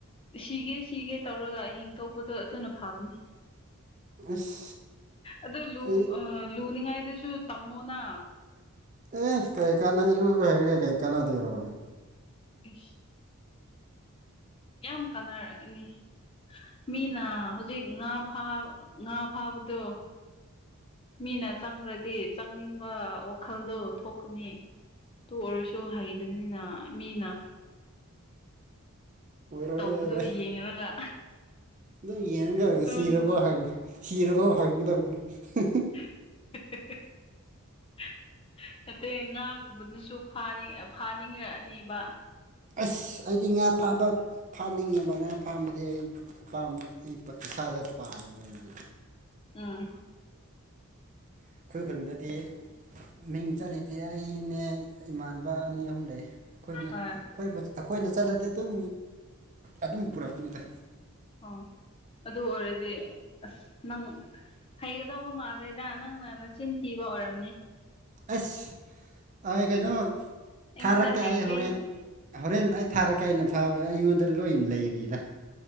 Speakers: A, on the left; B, on the right.
A: ꯁꯤꯒꯦ ꯁꯤꯒꯦ ꯇꯧꯔꯒ ꯑꯍꯤꯡ ꯊꯣꯛꯄꯗꯣ ꯑꯗꯨꯅ ꯐꯥꯕꯅꯦ
B: ꯑꯁ
A: ꯑꯗꯨ ꯂꯨ
B: ꯑꯩ
A: ꯑ ꯂꯨꯅꯤꯡꯉꯥꯏꯗꯁꯨ ꯇꯝꯃꯣꯅ
B: ꯑꯦ ꯀꯔꯤ ꯀꯥꯟꯅ ꯏꯔꯣꯏꯕ ꯍꯥꯏꯩꯔꯒꯦ ꯀꯔꯤ ꯀꯥꯟꯅꯥꯅꯗꯤꯔꯣꯦ
A: ꯏ ꯌꯥꯝ ꯀꯥꯟꯅꯔꯅꯤ ꯃꯤꯅ ꯍꯧꯖꯤꯛ ꯉꯥ ꯉꯥ ꯐꯥꯕꯗꯣ ꯃꯤꯅ ꯆꯪꯈ꯭ꯔꯗꯤ ꯆꯪꯅꯤꯡꯕ ꯋꯥꯈꯜꯗ ꯊꯣꯛꯀꯅꯤ ꯇꯣ ꯑꯣꯏꯔꯁꯨ ꯍꯩꯗꯕꯅꯤꯅ ꯃꯤꯅ
B: ꯑꯣꯏꯔꯣꯏ
A: ꯇꯧꯕꯗꯣ
B: ꯑꯣꯏꯔꯣꯏ
A: ꯌꯦꯡꯔꯒ
B: ꯑꯗꯨꯝ ꯌꯦꯒꯗ
A: ꯑꯗꯨꯝ
B: ꯁꯤꯔꯕꯣ ꯍꯪꯉꯦ ꯍꯤꯔꯐꯥꯎ ꯍꯪꯒꯗꯕꯅꯤ
A: <unintelligible> ꯍꯥꯏꯠꯇꯇꯩ ꯉꯥꯒꯨꯝꯕꯗꯨꯁꯨꯅꯤꯡ ꯐꯥꯅꯤꯡꯉꯛꯑꯅꯦꯕ
B: ꯑꯁ ꯑꯩꯗꯤ ꯉꯥ ꯐꯥꯕ ꯐꯥꯅꯤꯡꯉꯤꯕ ꯉꯥ ꯐꯥꯝꯕꯗꯤ ꯑꯩ ꯑꯄꯥꯝꯕ ꯑꯩ ꯏꯁꯥꯗ ꯄꯥꯝꯃꯦꯕꯗꯤ
A: ꯑꯥ
B: ꯑꯩꯈꯣꯏ ꯈꯨꯟꯗꯗꯤ ꯃꯤꯡ ꯆꯠꯂꯤꯗꯤ ꯑꯩꯅꯦ ꯏꯃꯥꯟꯅꯕ ꯑꯅꯤ ꯑꯍꯨꯝ ꯂꯩ ꯑꯩꯈꯣꯏꯅꯦ
A: ꯍꯣꯏ
B: ꯑꯩꯈꯣꯏ ꯑꯩꯈꯣꯏꯅ ꯆꯠꯂꯗꯤ ꯑꯗꯨꯝ ꯑꯗꯨꯝ ꯄꯨꯔꯛꯄꯅꯦꯗ
A: ꯑꯣ ꯑꯗꯨ ꯑꯣꯏꯔꯗꯤ ꯑꯁ ꯅꯪ ꯍꯩꯒꯗꯧꯕ ꯃꯥꯜꯂꯦꯗ ꯅꯪꯅ ꯅꯆꯤꯟ ꯊꯤꯕ ꯑꯣꯏꯔꯝꯅꯤ
B: ꯑꯁ ꯀꯩꯅꯣ
A: ꯑꯩꯉꯣꯟꯗ
B: ꯊꯥꯔꯛꯀꯦ
A: ꯍꯩꯇꯦ
B: ꯑꯩ ꯍꯣꯔꯦꯟ ꯍꯣꯔꯦꯟ ꯑꯩ ꯊꯥꯔꯛꯀꯦ ꯑꯩꯩꯅ ꯐꯥꯕꯅꯦ ꯑꯩꯉꯣꯟꯗ ꯂꯣꯏꯅ ꯂꯩꯔꯤꯗ